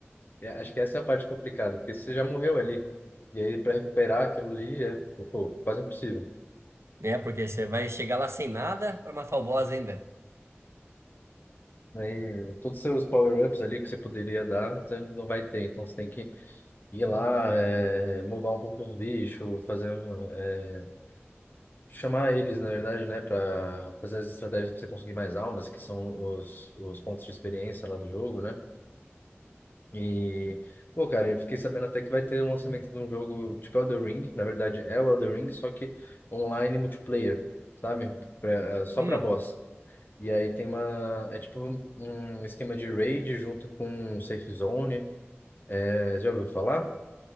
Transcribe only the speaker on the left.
é, acho que essa é a parte complicada, porque você já morreu ali. E aí, pra recuperar aquilo ali é, pô, quase impossível.
Aí, todos os seus power-ups ali que você poderia dar, você não vai ter. Então, você tem que ir lá, é, mobar um pouco os bichos, fazer. um, é, chamar eles, na verdade, né, para fazer as estratégias para você conseguir mais almas, que são os, os pontos de experiência lá do jogo, né? E, pô, cara, eu fiquei sabendo até que vai ter o lançamento de um jogo tipo Elden Ring, na verdade é o Elden Ring, só que online multiplayer, sabe? Pra, só
para boss. E aí tem uma, é tipo um esquema de raid junto com safe zone, é, já ouviu falar?